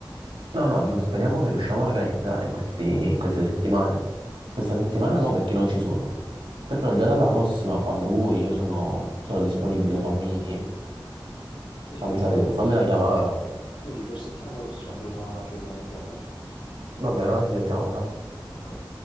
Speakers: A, on the right; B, on the left.
A: no, no, dico, speriamo che riusciamo a organizzare in questi- in queste settimane. Questa
B: va bene,
A: settimana
B: non questi.
A: no, perché non ci sono. Però già dalla
B: Mm,
A: prossima, quando vuoi, io sono, sono disponibile.
B: ok.
A: Fammi,
B: Sì, sì,
A: fammi
B: allora
A: sapere
B: per,
A: tu, fammi una chiamata.
B: sì, sì, per settimana prossima allora ci organizziamo.
A: Va bene, allora ci sentiamo, dai.
B: eh. Ok.